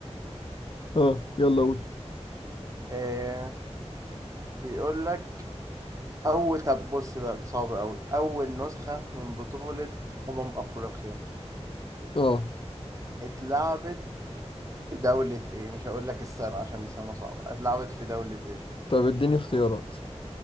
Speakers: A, on the left; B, on the right.
A: اه يلا قول
B: إيه بيقول لك أول طب بص بقى ده صعب أوي أول نسخة من بطولة أمم أفريقيا
A: اه
B: اتلعبت في دولة إيه؟ مش هقول لك السنة عشان السنة صعبة اتلعبت في دولة إيه؟
A: طب اديني اختيارات